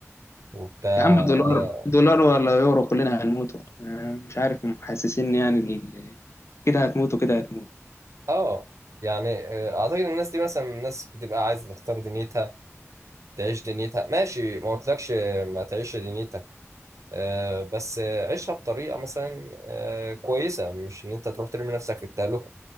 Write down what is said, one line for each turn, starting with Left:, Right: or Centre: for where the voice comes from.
Right: وبتاع
Left: يا عم
Right: اه,
Left: دولار دولار ولا يورو كلنا هنموتوا أنا مش عارف محسسين يعني ال- كده هتموتوا كده هتموتوا
Right: آه يعني آه اعتقد الناس دي مثلا الناس بتبقى عايزه تختار دنيتها تعيش دنيتها ماشي ما قلتلكش ما تعيش دنيتك آه بس آه، عيشها بطريقه مثلا آه كويسه مش ان انت تروح ترمي نفسك في التهلكه